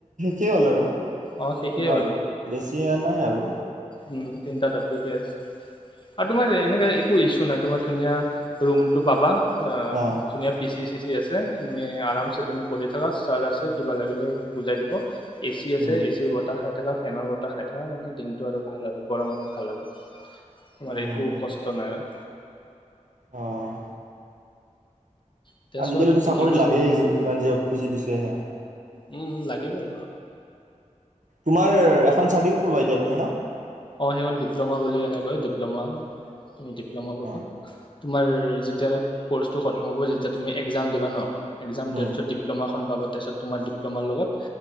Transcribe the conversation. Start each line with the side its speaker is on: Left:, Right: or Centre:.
Right: কি হ'ল আৰু
Left: অঁ শেষেই
Right: তোমাৰ বেছি নাই আৰু
Left: উম তিনিটা টপি ঠিকে আছে আৰু তোমাৰ যে এনেক একো ইচ্যু নাই তোমাৰ ধুনীয়া ৰুমটো পাবা অ'
Right: অঁ
Left: ধুনীয়া পিচি চিচি আহি আছে তুমি আৰামছে তুমি কৰি থাকা ছাৰ আছে, কিবা লাগিলে বুজাই দিব। এ চি আছে
Right: উম
Left: এ চিৰ বতা খাই থাকা ফেনৰ বতাহ খাই থাকা মানে দিন টো আৰু ভাল আৰু গৰমত ভাল আৰু তোমাৰ
Right: উম
Left: একো কষ্ট নাই
Right: অঁ
Left: এতিয়া
Right: আজিকালিতো
Left: চোৱা তুমি
Right: চাকৰিত
Left: কি কৰা
Right: লাগেই যি - যিমান যি হওক পি জি দি চিএ সেয়া
Left: উম-উম লাগিবয়ে
Right: তোমাৰ এখন চাৰ্টিফিকেট <unintelligible> তুমি ন
Left: অ সেইখন ডিপ্ল'মা বুলিকেনে কয় ডিপ্লমা <unintelligible> লামা পাবা
Right: অঁ
Left: তোমাৰ যি তিয়া কৰ্চটো খতম হ'ব যেতিয়া তুমি এক্জাম দিবা ন এক্জাম দিয়াৰ
Right: উম
Left: পিছত ডিপ্লমা খন পাবা তাৰচত তোমাৰ ডিপ্ল'মাৰ লগত